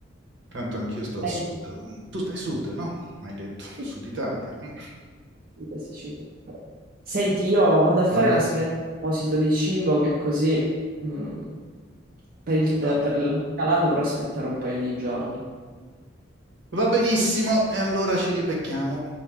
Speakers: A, on the right; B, on the right.
A: Tanto anch'io sto al
B: Eh,
A: sud. Tu stai sud, no? Hai detto,
B: sì,
A: sud Italia. Mm.
B: sì, La Sicilia. Senti, io vado a fare
A: Vabbè.
B: l'aspetto a proposito di cibo, che così mm, per il, per
A: Va
B: il baccalà dovrò aspettare un paio di giorni.
A: va benissimo, e allora ci ribecchiamo.